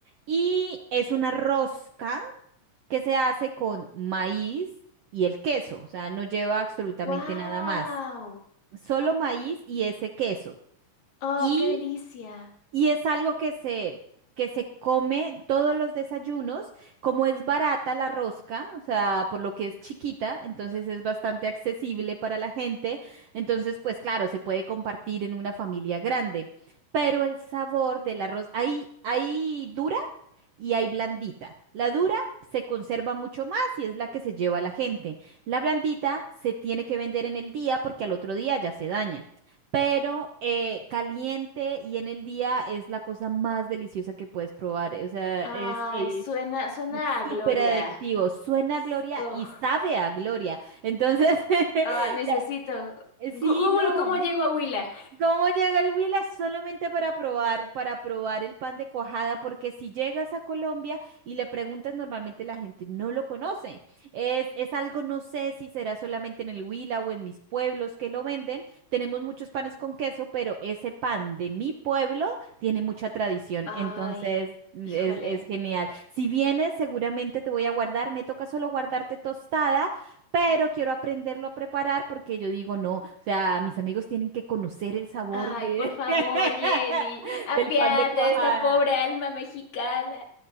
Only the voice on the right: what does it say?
y es una rosca que se hace con maíz y el queso, o sea, no lleva absolutamente
nada más, solo maíz y ese queso.
Y,
y es algo que se, que se come todos los desayunos, como es barata la rosca, o sea, por lo que es chiquita, entonces es bastante accesible para la gente, entonces pues claro, se puede compartir en una familia grande, pero el sabor del arroz, ahí, ahí dura y hay blandita. La dura se conserva mucho más y es la que se lleva a la gente. La blandita se tiene que vender en el día porque al otro día ya se daña. Pero eh, caliente y en el día es la cosa más deliciosa que puedes probar. O sea,
es Eh,
es
súper adictivo. Suena
a gloria
y sabe a gloria. Entonces, <laughs>
la-
sí,
no.
¿Cómo llega el Huila? Solamente para probar, para probar el pan de cuajada, porque si llegas a Colombia y le preguntas, normalmente la gente no lo conoce. Es, es algo, no sé si será solamente en el Huila o en mis pueblos que lo venden. Tenemos muchos panes con queso, pero ese pan de mi pueblo tiene mucha tradición,
entonces es,
es genial. Si vienes, seguramente te voy a guardar. Me toca solo guardarte tostada pero quiero aprenderlo a preparar porque yo digo, no, o sea, mis amigos tienen que conocer el sabor
de
<laughs>
del pan de cuajada.